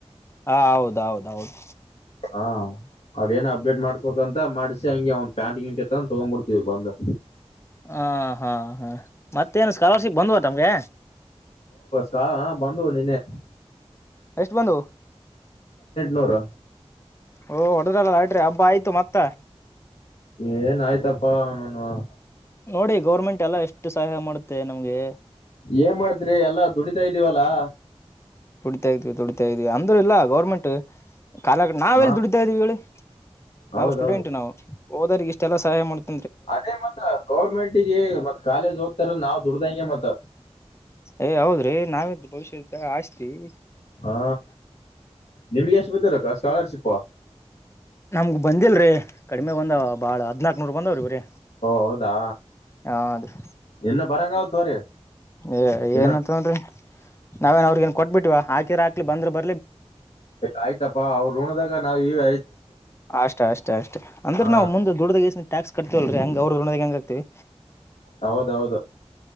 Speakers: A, on the left (about 25°); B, on the left (about 85°).
A: ಹಾ ಹೌದೌದ್ ಹೌದು
B: ಹಾ ಅದೇನ ಅಪ್ಡೇಟ್ ಮಾಡ್ಸ್ಬೇಕಂತ ಮಾಡಸಿ ಹಂಗೆ ಅವ್ ಪ್ಯಾಂಟ್ ಗಿಂಟಿತ್ತ ತಗೊಂಡ್ಬಿಡ್ತವಿ ಬಂದ
A: ಹಾ ಹಾ ಹಾ ಮತ್ತೇನು ಸ್ಕಾಲರ್ಶಿಪ್ ಬಂದ್ವ ತಮ್ಗೆ
B: ಕ ಬಂದ ನಿನ್ನೆ
A: ಎಷ್ಟು ಬಂದು
B: ನೂರ
A: ಓ ಹೊಡ್ರಲ್ಲ ಲಾಟ್ರಿ ಹಬ್ಬ ಆಯ್ತು ಮತ್ತ
B: ಏನ್ ಆಯ್ತಪ್ಪಾ ನೋ ಹಾ
A: ನೋಡಿ ಗೌರ್ಮೆಂಟ್ ಎಲ್ಲ ಎಷ್ಟು ಸಹಾಯ ಮಾಡುತ್ತೆ ನಮ್ಗೆ
B: ಏನ್ ಮಾಡ್ತ್ರಿ ಎಲ್ಲಾ ದುಡಿತಾ ಇದ್ದೀವಲ್ಲಾ
A: ದುಡಿತಾ ಇದ್ದೀವಿ ದುಡಿತ ಇದವಿ ಅಂದ್ರ ಇಲ್ಲ ಗೌರ್ಮೆಂಟ್ ಕಾಲ ನಾವೆಲ್ಲಿ
B: ಹಾ
A: ದುಡಿತಾ ಇದೀವಿ ಹೇಳಿ
B: ಹೌದೌದು
A: ನಾವು ಸ್ಟೂಡೆಂಟ್ ನಾವು ಹೋದ್ರರಿಗೆ ಇಷ್ಟ ಎಲ್ಲ ಸಹಾಯ ಮಾಡ್ತಾರೆ
B: ಅದೇ ಮತ್ತ ಗೌರ್ಮೆಂಟಗ ಮತ್ ಕಾಲೇಜ್ ಹೋಗ್ತಾರ ನಾವ್ ದುಡ್ದಂಗೆ ಮತ್ತ
A: ಏ ಹೌದ್ರಿ ನಾವ್ದು ಭವಿಷ್ಯದ ಆಸ್ತಿ ತ್ತ
B: ಹಾ ನಿಮ್ಗೆ ಎಷ್ಟು ಬೊತ್ತರಕ್ಕ ಸ್ಕಾಲರ್ಶಿಪ್ ವಾ
A: ನಮ್ಗ ಬಂದಿಲ್ರರಿ ಕಡಿಮೆ ಬಂದವ ಬಾಳ ಹದ್ನಾಕ್ನೂರ್ ಬಂದಾವ್ರೀ ಬರೇ
B: ಹೌದಾ
A: ಹದ್ರಿ
B: ಇನ್ನು ಬರಂಗಾವ್ ತೋರಿ
A: ಏ
B: ಇನ್ನು
A: ಏನಂತನ್ ನಾವೇನ್ ಅವ್ರಗ ನ್ ಕೊಟ್ಬಿಟ್ಟಿವ ಹಾಕಿರಾಕ ಬಂದ್ರ ಬ
B: ಆಯ್ತಪ್ಪಾ ಅವ್ರು ಋಣದಾಗ ನಾವುವಿಯ್
A: ಅಷ್ಟ ಅಷ್ಟೇ ಅಷ್ಟ ಅಂದ್ರ
B: ಹಾ
A: ನಾವು ಮುಂದ ದುಡ್ದಾಗಸ ಟ್ಯಾಕ್ಸ್ ಕಟ್ತವಲ್ರಿ ಹಂಗ ದ ಹೆಂಗಗೆ ಆಗ್ತವಿ
B: ಹೌದೌದು